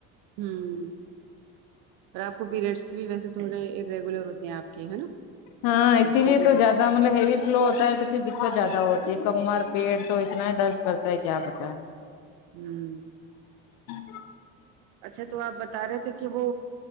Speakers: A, on the right; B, on the left.
A: ہوں اور آپ پیریڈس بھی ویسے تھوڑے ارریگولر ہوتے ہیں آپ کے ہے
B: ہاں
A: تو
B: اسی
A: اس
B: لیے
A: میں بھی
B: زیادہ
A: دککت
B: مطلب ہیوی فلو ہوتا ہے تو پھر دککت زیادہ ہوتی ہے کمر پیٹ تو اتنا ہی درد کرتا ہے کیا بتایں
A: ھمم
B: ہ
A: اچھا تو آپ بتا رہے تھے کہ وہ